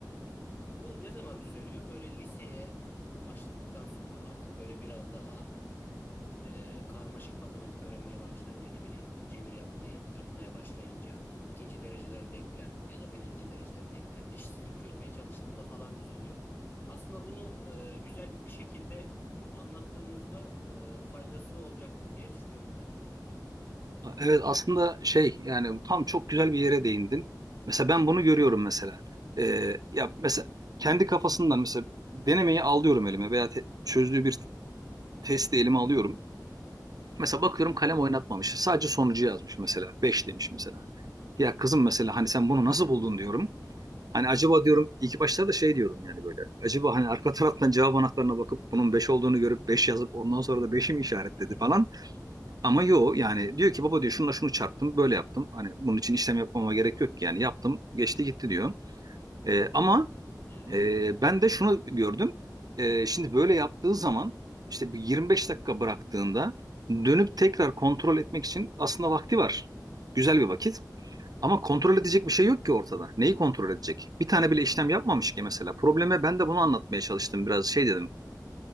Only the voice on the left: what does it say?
Bu ne zaman düzeliyor? Böyle liseye başladıktan sonra artık böyle biraz daha e, karmaşık matematik öğrenmeye başlayınca ne bileyim cebir yapmayı yapmaya başlayınca ikinci dereceden denklem ya da birinci dereceden denklem eşitsizlik çözmeye çalıştığımda falan düzeliyor. Aslında bunu e, güzel bir şekilde anlattığımızda e, faydası olacaktır diye düşünüyorum ben.
Hı hı.
Hmm.
<laughs>
Evet.
Hı hı.